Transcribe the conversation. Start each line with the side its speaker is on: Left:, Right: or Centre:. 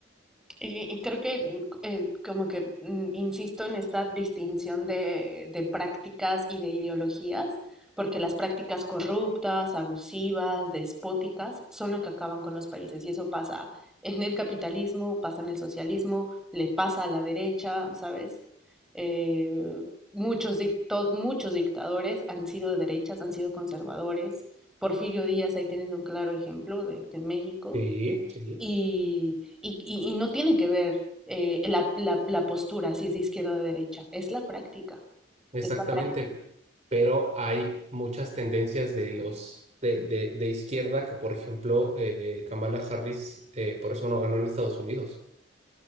Centre: Y, y creo que eh, como que mm, insisto en esta distinción de, de prácticas y de ideologías, porque las prácticas corruptas, abusivas, despóticas, son lo que acaban con los países. Y eso pasa en el capitalismo, pasa en el socialismo, le pasa a la derecha, ¿sabes? Eh, muchos, dic- to- muchos dictadores han sido de derechas, han sido conservadores. Porfirio Díaz, ahí tienes un claro ejemplo de, de México
Right: Sí, sí,
Centre: y, y- y- y no tiene que ver eh, la, la- la postura, si es de izquierda o de derecha, es la práctica,
Right: exactamente.
Centre: es la práctica.
Right: Pero hay muchas tendencias de los de, de, de izquierda que, por ejemplo, eh, Kamala Harris, eh, por eso no ganó en Estados Unidos.